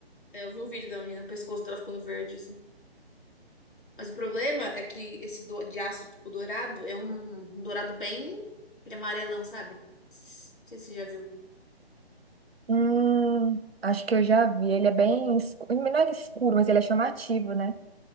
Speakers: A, on the left (about 50°); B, on the right (about 70°).
A: é, Eu vi um vídeo da menina, o pescoço dela ficando verde, assim. Mas o problema é que esse do- de aço, tipo, dourado, é um, um dourado bem. aquele amarelão, sabe? Não sei se você já viu.
B: Hum, acho que eu já vi. Ele é bem escuro, não é escuro, mas ele é chamativo, né?